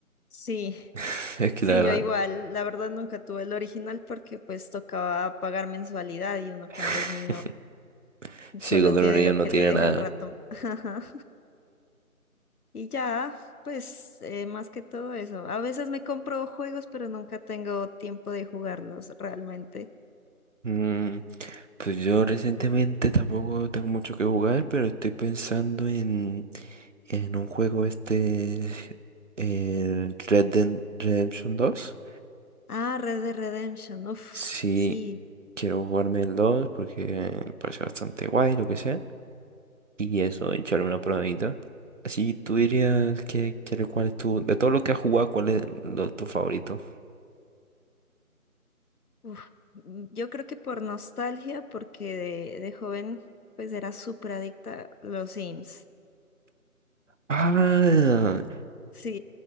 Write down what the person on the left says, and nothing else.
Sí,
sí,
yo igual, la verdad nunca tuve el original porque pues tocaba pagar mensualidad y uno cuando
es niño
solo
tiene
lo
que
le deja
el ratón. <laughs> Ajá. Y ya, pues eh, más que todo eso, a veces me compro juegos pero nunca tengo tiempo de jugarlos realmente.
Ah, Red Dead Redemption, uff,
sí.
Uf, mm, yo creo que por nostalgia, porque de, de joven pues era súper adicta a los Sims.
Sí,